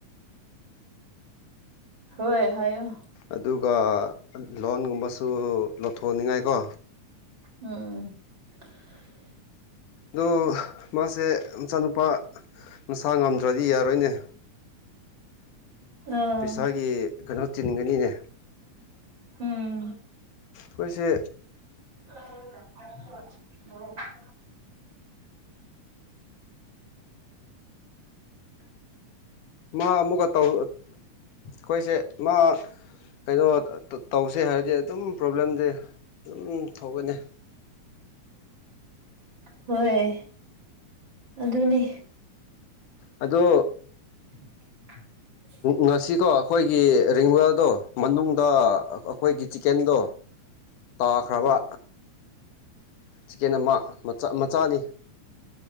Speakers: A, on the right; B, on the left.
A: ꯍꯣꯏ ꯍꯥꯏꯌꯣ
B: ꯑꯗꯨꯒ ꯂꯣꯟꯒꯨꯝꯕꯁꯨ ꯂꯧꯊꯣꯛꯅꯤꯡꯉꯥꯏꯀꯣ
A: ꯎꯝ <unintelligible>
B: ꯑꯣ ꯃꯥꯁꯦ ꯃꯆꯥꯅꯨꯄꯥ ꯃꯁꯥ ꯉꯝꯗ꯭ꯔꯗꯤ ꯌꯥꯔꯣꯏꯅꯦ
A: ꯑꯥ
B: ꯄꯩꯁꯥꯒꯤ ꯀꯩꯅꯣ ꯇꯤꯟꯒꯅꯤꯅꯦ
A: ꯎꯝ
B: ꯈꯣꯏꯁꯦ
A: <unintelligible>
B: ꯃꯥ ꯑꯃꯨꯛꯒ ꯇꯧ ꯈꯣꯏꯁꯦ ꯃꯥ ꯀꯩꯅꯣ ꯇꯧꯁꯦ ꯍꯥꯏꯔꯗꯤ ꯑꯗꯨꯝ ꯄ꯭ꯔꯣꯕ꯭ꯂꯦꯝꯗꯤ ꯑꯗꯨꯝ ꯊꯣꯛꯀꯅꯤ
A: ꯍꯣꯏ ꯑꯗꯨꯅꯤ
B: ꯑꯗꯣ
A: <unintelligible>
B: ꯉꯁꯤꯀꯣ ꯑꯩꯈꯣꯏꯒꯤ <unintelligible> ꯃꯅꯨꯡꯗ ꯑꯩꯈꯣꯏꯒꯤ ꯆꯤꯀꯦꯟꯗꯣ ꯇꯥꯈ꯭ꯔꯕꯥ ꯆꯤꯀꯦꯟ ꯑꯃ ꯃꯆꯥ ꯃꯆꯥꯅꯤ